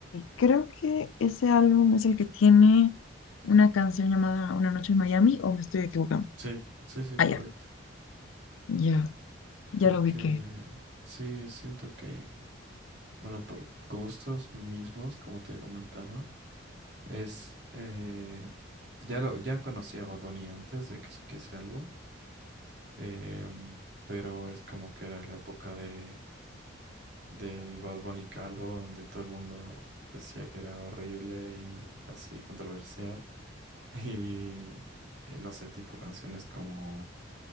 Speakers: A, on the left (about 90°); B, on the right (about 60°).
A: creo que ese álbum es el que tiene una canción llamada Una noche en Miami, o me estoy equivocando.
B: Sí, sí, sí,
A: Ah,
B: correcto.
A: ya, ya, ya
B: Porque
A: lo ubiqué.
B: sí, siento que, bueno, por gustos mismos, como te comentaba, es, eh, ya lo, ya conocía a Bad Bunny antes de que saque ese álbum, em, pero es como que era la época de, del Bad Bunny calvo, donde todo el mundo decía que era horrible y así controversial. <laughs> Y, y no sé, tipo canciones como...